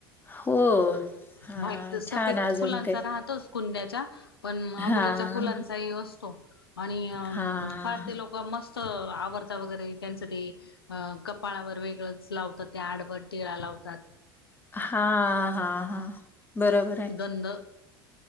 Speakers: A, on the left (about 15°); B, on the left (about 80°).
A: हो. हां,
B: व्हाईट त सफेद
A: छान अजून
B: फुलांचा,
A: ते
B: राहतोच. कुंदयाच्या, पण
A: हां,
B: अबोलीच्या फुलांचाहीं असतो, आणि
A: हां,
B: फार
A: हां,
B: ते लोक मस्त आवरता वगैरे, त्यांचं ते अ कपाळावर वेगळंच लावतात, ते आडवा टिळा लावतात.
A: हा हा हा, बरोबर ये.
B: गंध